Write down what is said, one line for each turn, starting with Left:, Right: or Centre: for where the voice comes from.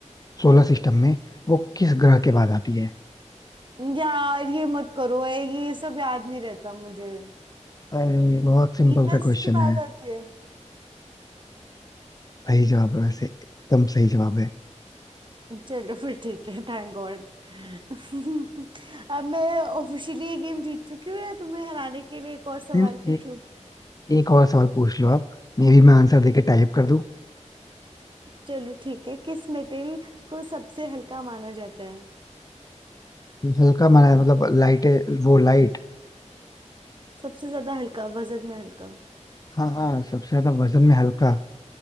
Left: सोलर सिस्टम में वो किस ग्रह के बाद आती है
Right: यार ये मत करो ए, ये सब याद नहीं रहता मुझे
Left: अरे बहुत सिंपल
Right: वीनस
Left: सा क्वेश्चन
Right: की बात
Left: है
Right: आती है
Left: सही जवाब है वैसे एकदम सही जवाब है
Right: चलो फिर ठीक है थैंक गॉड <laughs> अब मैं ऑफिशियली ये गेम जीत चुकी हूँ या तुम्हें हराने के लिए एक और सवाल
Left: फिर
Right: पूछूं
Left: एक, एक और सवाल पूछ लो आप मे भी मैं आंसर देके टाइप कर दूं
Right: चलो ठीक है किस मेटल को सबसे हल्का माना जाता है
Left: हल्का माना है, मतलब लाइट है वो लाइट
Right: सबसे ज्यादा हल्का वजन में हल्का
Left: हाँ हाँ सबसे ज्यादा वजन में हल्का